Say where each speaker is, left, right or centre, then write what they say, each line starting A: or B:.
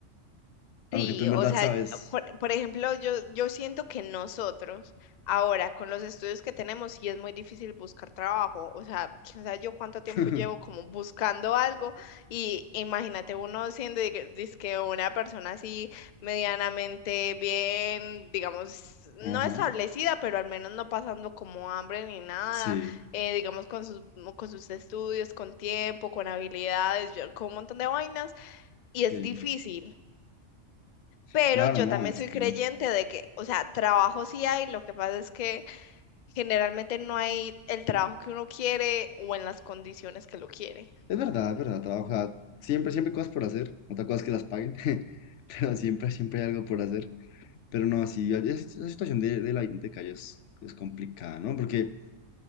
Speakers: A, on the left (about 70°); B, on the left (about 55°).
A: A
B: Sí,
A: lo que tú en
B: o
A: verdad
B: sea,
A: sabes.
B: por, por ejemplo, yo, yo siento que nosotros ahora con los estudios que tenemos sí es muy difícil buscar trabajo, o sea, quién sabe yo cuánto tiempo
A: <laughs>
B: llevo como buscando algo y imagínate uno siendo dique- dizque una persona así medianamente bien, digamos, no
A: Ajá,
B: establecida, pero al menos no pasando como hambre ni nada,
A: sí,
B: eh, digamos con sus, con sus estudios, con tiempo, con habilidades, yo- con un montón de vainas y es
A: sí,
B: difícil. Pero
A: claro,
B: yo
A: no,
B: también
A: es
B: soy
A: que
B: creyente de que, o sea, trabajo sí hay, lo que pasa es que generalmente no hay el trabajo que uno quiere o en las condiciones que lo quiere.
A: es verdad, es verdad, trabaja, siempre, siempre hay cosas por hacer, otra cosa es que las paguen, <laughs> pero siempre, siempre hay algo por hacer, pero no, sí, es- esa situación de, de la hipoteca ya es, es complicada, ¿no? Porque